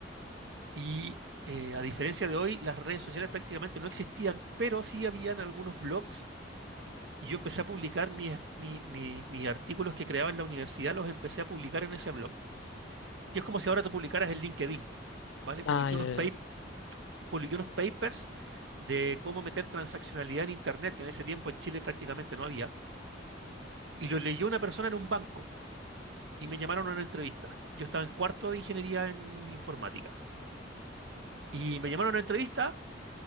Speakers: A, on the right (about 70°); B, on the left (about 80°).
A: y eh, a diferencia de hoy, las redes sociales prácticamente no existían, pero sí habían algunos blogs y yo empecé a publicar mis, mi- mi- mis artículos que creaba en la universidad, los empecé a publicar en ese blog, que es como si ahora tú publicaras en LinkedIn, ¿vale? Publiqué
B: Ah, ya,
A: unos,
B: ya,
A: pa-
B: ya.
A: publiqué unos papers de cómo meter transaccionalidad en Internet, que en ese tiempo en Chile prácticamente no había, y lo leyó una persona en un banco y me llamaron a una entrevista. Yo estaba en cuarto de ingeniería en informática. Y me llamaron a una entrevista.